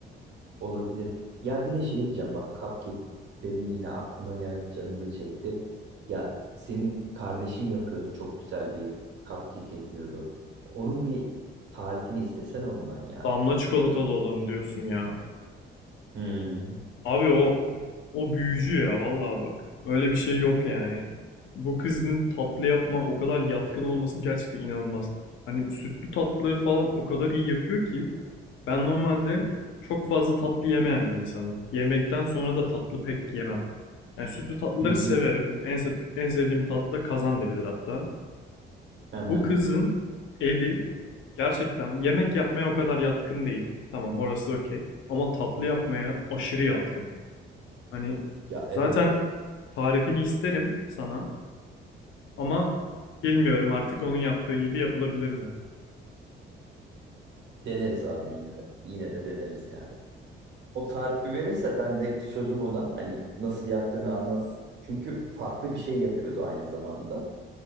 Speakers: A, on the right; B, on the left.
A: Olabilir. Ya bir de şey diyeceğim bak cupcake dedin yine aklıma geldi canım da çekti. Ya senin kardeşin yapıyordu çok güzel bir cupcake yapıyordu. Onun bir tarifini istesene ondan ya.
B: Damla çikolatalı olanı diyorsun ya.
A: Hmm.
B: Abi o o büyücü ya vallahi bak. Öyle bir şey yok
A: <laughs>
B: yani. Bu kızın tatlı yapma o kadar yatkın olması gerçekten inanılmaz. Hani sütlü tatlıları falan o kadar iyi yapıyor ki ben normalde çok fazla tatlı yemeyen bir insanım. Yemekten sonra da tatlı pek yemem. Yani sütlü tatlıları
A: Hı hı.
B: severim. En, se- en sevdiğim tatlı da kazandibidir hatta.
A: Hı hı.
B: Bu kızın eli gerçekten yemek yapmaya o kadar yatkın değil. Tamam orası okey. Ama tatlı yapmaya aşırı yatkın. Hani
A: Ya
B: zaten
A: evet
B: tarifini isterim sana ama bilmiyorum artık onun yaptığı gibi yapılabilir mi?
A: deneriz abi yine de. Yine de deneriz yani. O tarifi verirse ben de sözüm ona hani nasıl yaptığını anlatsın. Çünkü farklı bir şey yapıyordu aynı zamanda.